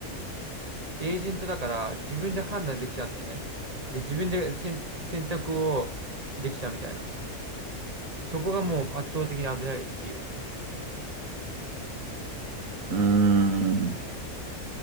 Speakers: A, on the right (about 30°); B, on the right (about 65°).
A: エージェントだから自分で判断できちゃうんだよね。で、自分で選、選択をできちゃうみたいな。そこがもう圧倒的に危ないっていう。
B: うん。うーん。